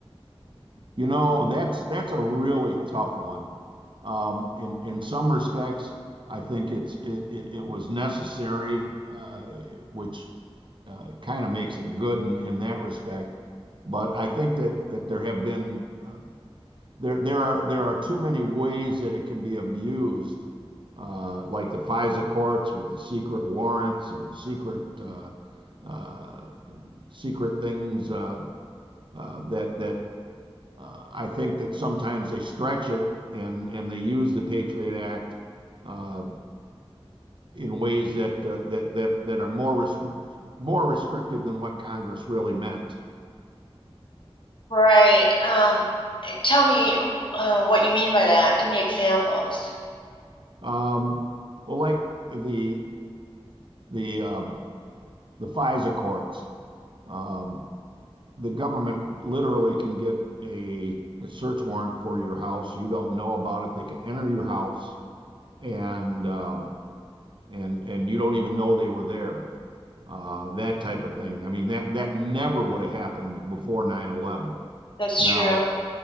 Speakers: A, on the right (about 55°); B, on the left (about 55°).
A: You know, that's that's a really tough one. Um, in in some respects, I think it's it it, it was necessary, uh, which uh, kind of makes it good in, in that respect. But I think that that there have been um, there there are there are too many ways that it can be abused, uh, like the FISA courts with the secret warrants and the secret uh, uh, secret things uh, uh, that that uh, I think that sometimes they stretch it and and they use the Patriot Act uh, in ways that uh, that that that are more restri- more restrictive than what Congress really meant.
B: Right. Um, tell me uh, what you mean by that. Give me examples.
A: Um, well, like the the um the FISA courts. Um, the government literally can get a, a search warrant for your house. You don't know about it. They can enter your house and um, and and you don't even know they were there. Uh, that type of thing. I mean, that that never would have happened before 9/11.
B: That's
A: Now,
B: true.